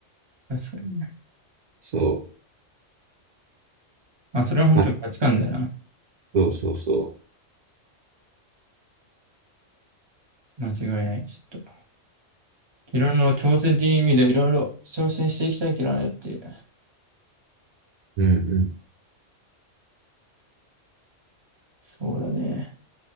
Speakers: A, on the right; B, on the right.
A: 確かにね。
B: そ
A: まあ、それは本当に価値観だよな。
B: う、まあ、そうそうそ
A: 間違いない。ちょっと。いろいろ挑戦という意味でいろいろ挑戦していきたいけどねっていう。
B: う。うんうん。
A: そうだね。